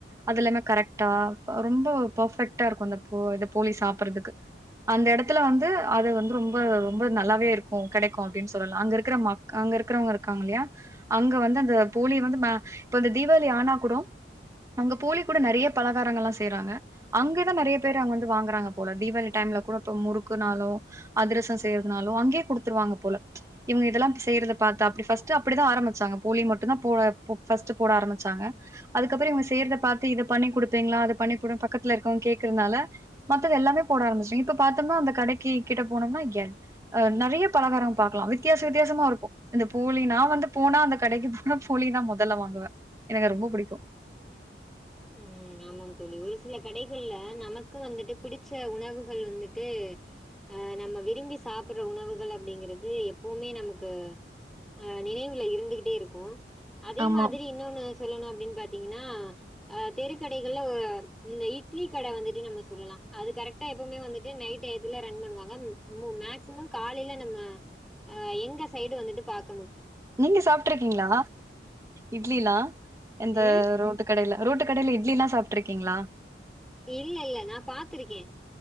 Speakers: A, on the right; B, in the centre.
A: அது எல்லாமே கரெக்ட்டா ரொம்ப பர்ஃபெக்ட்டா இருக்கு அந்த போ போலி சாப்பறதுக்கு அந்த எடத்துல வந்து அது வந்து ரொம்ப ரொம்ப நல்லாவே இருக்கு கெடைக்கு அப்டின் சொல்லலா அங்கருக்கிற மக் ஆ அங்க இருக்கிறவங்க இருக்காங்க இல்லையா அங்க வந்து அந்த போலி வந்து ம இப்ப இந்த தீபாவளி ஆனா கூடோ அங்க போலி கூட நெறைய பலகாரங்கள்லா செய்றாங்க அங்கதா நெறைய பேரரு அவங்க வந்து வாங்குறாங்க போல தீபாவளி டைம் ம்ல கூட இப்ப முறுக்குனாலு அதிரசம் செய்யறதுனாலு அங்கே குடுத்துருவாங்க போல இவங்க இதெல்லா செய்யறது ப பாத்தா அப்டி பஷ்ட்டு அப்படிதா ஆரம்பிச்சாங்க போலி மட்டுந்தா போ போ ஃபஷ்ட்டு போட ஆரம்பிச்சாங்க அதுக்கப்புற இவங்க செய்ரத பாத்து இத பண்ணி குடுப்பீங்களா அத ப பண்ணிகுடு பக்கத்துல இருக்கரவங்க கேக்குறதுனால மத்த எல்லாமே போட ஆரம்பிச்ச இப்ப பாத்தோம்னா அந்த கடைக்கி கிட்ட போனோம்னா ய ஆ நெறைய பலகார பாக்கலா வித்தியாச வித்தியாசமா இருக்கு இந்த போலி நா வந்து போனா அந்த கடைக்கு போன போலி தா மொதல்ல வாங்குவே எனக்கு அது ரொம்ப புடிக்கு
B: ம் ஆமாம் தோழி ஒரு சில கடைகள்ல நமக்கு வந்துட்டு பிடிச்ச உணவுகள் வந்துட்டு அ நம்ம விரும்பி சாப்பிற உணவுகள் அப்டிங்கறது எப்பவுமே நமக்கு ஆ நினைவுல இருந்துகிட்டே இருக்கு அதே
A: ஆமா
B: மாதிரி இன்னொன்னு சொல்லணு அப்படின் பாத்தீங்கன்னா தெருக்கடைகள்ல இந்த இட்லி கட வந்துட்டு நம்ம சொல்லலா அது கரெக்டா எப்பவுமே வந்துட்டு நைட் இதுல ரன் பண்ணுவாங்க மு மேக்சிமம் காலையில நம்ம எங்க ஆ சைடு வந்துட்டு பாக்
A: நீங்க சாப்ட்ருக்கீங்களா இட்லிலா எந்த
B: ம்
A: ரோட்டு கடையில ரோட்டு கடயில இட்லில்லா சாப்ட்ருக்கீங்களா
B: இல்ல இல்ல நா பாத்திருக்கே